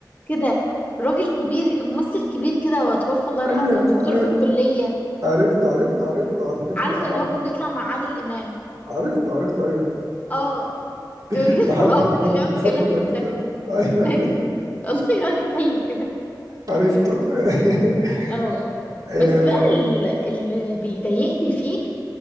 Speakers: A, on the left (about 20°); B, on the right (about 55°).
A: كده راجل كبير ممثل كبير كده وتوفى الله
B: ايوه
A: يرحمه كان دكتور
B: ايوه
A: في الكلية
B: عرفت عرفت عرفت عرفت
A: عارفة
B: اه
A: اللي هو كان بيطلع مع عادل إمام
B: عرفت عرفت ايوه
A: اه
B: <laughs>
A: كان بيجي
B: بحبه
A: <laughs> هو
B: بحبه
A: كده بيقعد يتكلم
B: بحبه الراجل
A: كده
B: ده ايوه
A: <laughs> فاهم؟ والله يقعد يتكلم كده
B: عرفته <laughs>
A: اه
B: آه،
A: بس بقى ال- اللي بيضايقني فيه